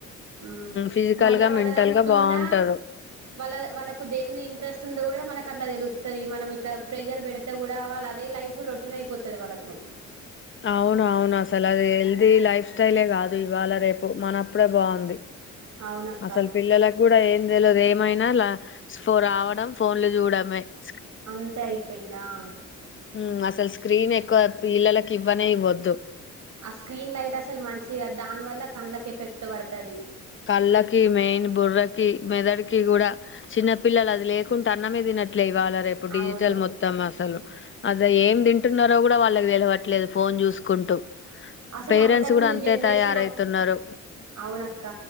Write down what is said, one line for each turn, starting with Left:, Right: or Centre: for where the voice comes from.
Right: ఉమ్
Left: ఫిజికల్
Right: మళ్ళా
Left: గా
Right: వాళ్ళ
Left: మెంటల్
Right: దాంట్లోన్నా
Left: గా బాగుంటారు
Right: వాళ్ళ వాళ్ళకు దేని మీద ఇంట్రెస్ట్ ఉందో కూడా మన కఅట్లా తెలుస్తది మనం ఇట్లా ప్రెజర్ పెడితే కూడా వాళ్ళు అదే లైఫ్ రొటీన్ అయిపోతుది వాళ్ళకు
Left: అవును అవును అసలు అది హల్ది
Right: హ్మ్.
Left: లైఫ్ స్టైలే కాదు ఇవాళ రేపు మనప్పుడే బాగుంది
Right: అవునక్క
Left: అసల్ పిల్లలకు కూడా ఏది ల్లలు ఏమైనా ల ఫోన్లు రావడం ఫోన్లు చూడమే <inaudible>
Right: అంతే అయిపోయిందా అ
Left: ఉమ్ అసలు స్క్రీన్ ఎక్కువ పిల్లలకి ఇవ్వనే ఇవ్వొద్దు
Right: ఆ స్క్రీన్ లైట్ అసలు మంచిగా దాని వల్ల కండ్లకి ఎఫెక్ట్ పడుతుది
Left: కళ్ళకి మెయిన్ బుర్రకి మెదడుకి కూడా చిన్న పిల్లలు అది లేకుంటే అన్నమే తినట్లే ఇవాళ రేపు డిజిటల్
Right: అవును
Left: మొత్తం అసలు అద ఏం తింటున్నారో కూడా వాళ్ళకి తెలవట్లేదు ఫోన్ చూసుకుంటూ
Right: అసలు
Left: పేరెంట్స్
Right: అంతకు
Left: కూడా
Right: ముందు
Left: అంతే
Right: జనరేషన్
Left: తయారవుతున్నారు
Right: అక్ అవునక్క